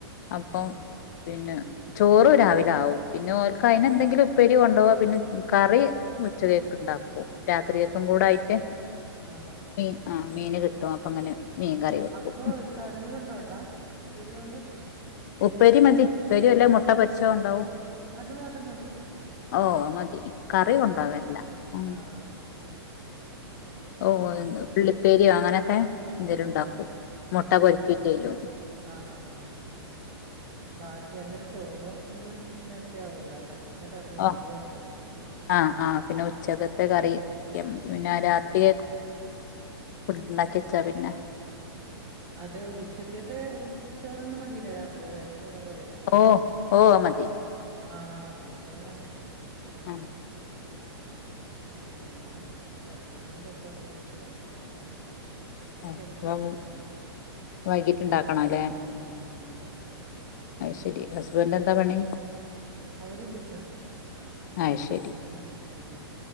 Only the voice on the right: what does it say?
ആഹ്
ആഹ്
അപ്പൊ കറി കൊണ്ടോണ്ടാ ഉപ്പേരികൊണ്ടോ
അത് മാത്രം മതി
നല്ലന്നെ
ആഹ്
അതെ അതെ
ആഹ്
ആഹ്
ആഹ് ആഹ് ആഹ്
ആഹ് ആഹ്ആഹ് ബാക്കി അന്നരു ചോറും എല്ലാം നേരത്തെ ആവൂലാലേ പിന്നെ കറി വലുതേ
നോക്കണ്ടു
ഉം ഉം
അതെ ഉച്ചയ്ക്കത്തെ ചോറ്തന്നെ മതിയല്ലോ രാത്രി അല്ലേ ചോറും കറിയെല്ലാം
ആഹ് നമ്മക്കും അത് തന്നെ പിന്ന
പിന്നെ ഹസ്ബന്റിന് ചപ്പാത്തി വേണം <unintelligible>
ഹെൽപ്പ് ചെയ്യും അതൊക്കെ വന്ന്
ഉം ഉം
അവര് ബിസിനസാ
ഉം ഉം